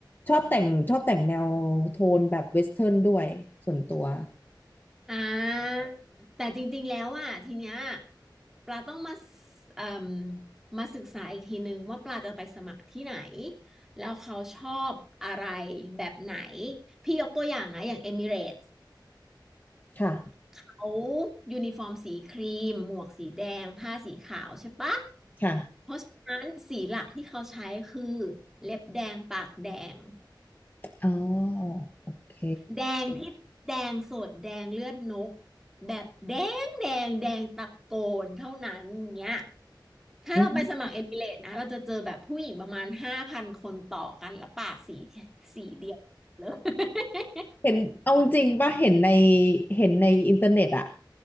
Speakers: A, on the left (about 25°); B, in the centre.
A: ชอบแต่งชอบแต่งแนวโทนแบบเวสเทิร์นด้วยส่วนตัว
B: อ่าแต่จริงๆแล้วอ่ะทีเนี้ยปลาต้องมาสเอ่มมาศึกษาอีกทีนึงว่าปลาจะไปสมัครที่ไหนแล้วเขาชอบอะไรแบบไหนพี่ยกตัวอย่างนะอย่างเอมิเรตส์
A: ค่ะ
B: เขายูนิฟอร์มสีครีมหมวกสีแดงผ้าสีขาวใช่ปะ
A: ค่ะ
B: เพราะฉะนั้นสีหลักที่เขาใช้คือเล็บแดงปากแดง
A: อ๋อโอเค
B: แดงที่แดงสดแดงเลือดนกแบบแดงแดงแดงตะโกนเท่านั้นเนี้ยถ้าเราไปสมัครเอมิเรตนะเราจะเจอแบบผู้หญิงประมาณห้าพันคนต่อกันแล้วปากสี
A: อืม
B: สีเดียวเลย
A: เห็นเอาจริงป่ะเห็นในเห็นในอินเทอร์เน็ตอะ